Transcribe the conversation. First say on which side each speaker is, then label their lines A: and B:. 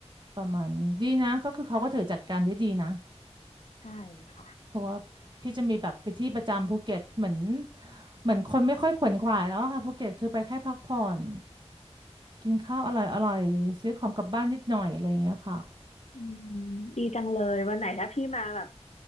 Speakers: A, on the right; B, on the left.
A: ประมาณนึงดีนะก็คือเขาก็ถือจัดการได้ดีนะ
B: ใช่ค่ะ
A: เพราะว่าพี่จะมีแบบไปที่ประจำภูเก็ตเหมือนเหมือนคนไม่ค่อยขวนขวายแล้วอะค่ะภูเก็ตคือไปแค่พักผ่อนกินข้าวอร่อยอร่อยซื้อของกลับบ้านนิดหน่อยอะไรอย่างเงี้ยค่ะ
B: อืมดีจังเลยวันไหนถ้าพี่มาแบบ